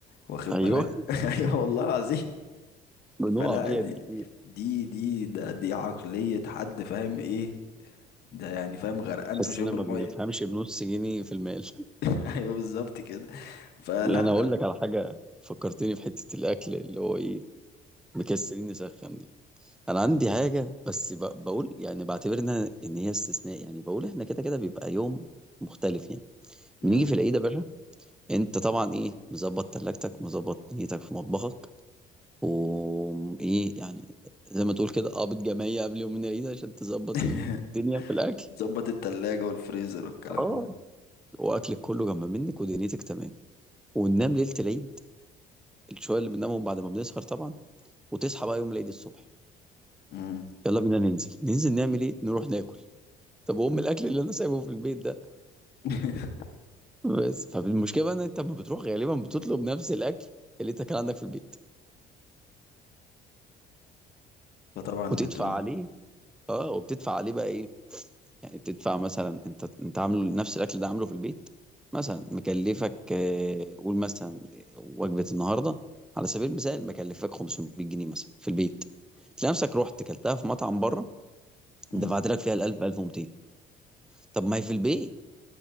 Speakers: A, on the left; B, in the centre.
A: واخد
B: ايوه
A: بالك <laughs> ايوه والله العظيم
B: بنقع
A: فلا
B: فيها
A: دي
B: دي كتير
A: دي دي ده دي عقلية حد فاهم ايه ده يعني فاهم غرقان
B: تحسنا
A: في شبر
B: ما
A: مية
B: بنفهمش بنص جنيه في المال <laughs>
A: <laughs> ايوه بالظبط كده فلا
B: لا انا اقول لك على حاجه فكرتني في حته الاكل اللي هو ايه مكسرين نسخن دي انا عندي حاجه بس ب- بقول يعني بعتبر انها ان هي استثناء يعني بقول احنا كده كده بيبقى يوم مختلف يعني
A: مم.
B: بنيجي في العيد يا باشا انت طبعا ايه مظبط تلاجتك مظبط نيتك في مطبخك وم- ايه يعني زي ما تقول كده قابض جمعية قبل يوم من العيد عشان تظبط
A: <laughs>
B: الدنيا في الأكل
A: ظبط التلاجة والفريزر والكلام
B: اه
A: ده
B: وأكلك كله جنب منك ودنيتك تمام وننام ليلة العيد الشوية اللي بننامهم بعد ما بنسهر طبعا وتصحى بقى يوم العيد الصبح
A: مم.
B: يلا بينا ننزل ننزل نعمل ايه نروح ناكل طب وام الاكل اللي انا سايبه في البيت ده
A: <laughs>
B: بس فالمشكله بقى ان انت لما بتروح غالبا بتطلب نفس الاكل اللي انت كان عندك في البيت
A: فطبعا
B: وتدفع
A: بتقوم
B: عليه اه وبتدفع عليه بقى ايه يعني بتدفع مثلا انت انت عامله نفس الاكل ده عامله في البيت مثلا مكلفك آه، قول مثلا وجبه النهارده على سبيل المثال مكلفك 500 جنيه مثلا في البيت تلاقي نفسك رحت كلتها في مطعم بره دفعت
A: مم.
B: لك فيها ال 1000 1200 طب ما هي في البيت